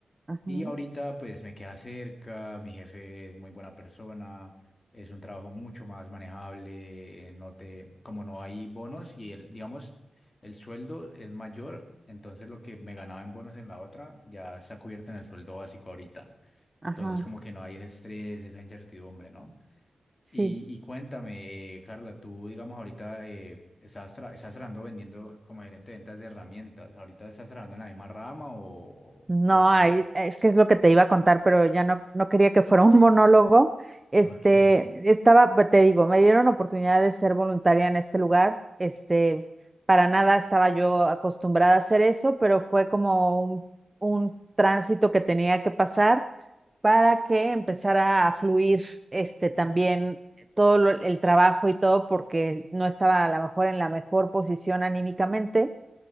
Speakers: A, on the right (about 15°); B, on the left (about 30°).
A: ajá,
B: Y ahorita pues me queda cerca, mi jefe es muy buena persona, es un trabajo mucho más manejable, eh, no te, como no hay bonos y el, digamos, el sueldo es mayor, entonces lo que me ganaba en bonos en la otra ya está cubierto en el sueldo básico ahorita.
A: ajá.
B: Entonces como que no hay ese estrés, esa incertidumbre, ¿no?
A: Sí.
B: Y, y cuéntame, eh, Carla, tú, digamos, ahorita eh, estás, tra- estás trabajando vendiendo como gerente de ventas de herramientas. ¿Ahorita estás trabajando en la misma rama o o,
A: No,
B: pues estás...
A: ay, es que es lo que te iba a contar, pero ya no, no quería que fuera un <laughs> monólogo. Este,
B: Okay,
A: estaba, pues, te digo, me dieron oportunidad de ser voluntaria en este lugar. Este, para nada estaba yo acostumbrada a hacer eso, pero fue como un, un tránsito que tenía que pasar para que empezara a fluir, este, también todo lo- el trabajo y todo, porque no estaba a lo mejor en la mejor posición anímicamente.